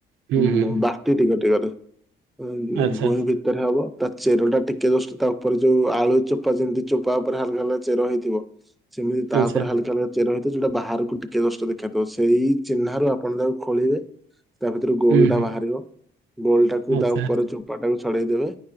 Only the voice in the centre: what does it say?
ଉଁ
ବାଟି ଟିକେ ଟିକରେ ଉଁ
ଭୂଇଁ
ଭି ଭିତରେ ହବ ତା ଚେର ଟା ଟିକେ ଜଷ୍ଟ ତା ଉପରେ ଯୋଉ ଆଳୁ ଚୋପା ଯେମିତି ଚୋପା ଉପରେ ହାଲକା ହାଲକା ଚେର ହେଇଥିବ। ସେମିତି ତାପରେ
ହାଲକା ହଲକା ଚେର ହେଇଥିବ ଯଉଟା ବାହାରକୁ ଟିକେ କଷ୍ଟ ଦେଖାହଉଥିବ ସେଇ ଚିହ୍ନାରୁ ଆପଣ ତାକୁ ଖୋଳିବେ ତା ଭିତରୁ ଗୋଲ
ଟା
ବାହାରିବ ଗୋଲ ଟାକୁ
ତା ଉପରେ
ଚୋ ପା ଟାକୁ ଛଡେଇଦବେ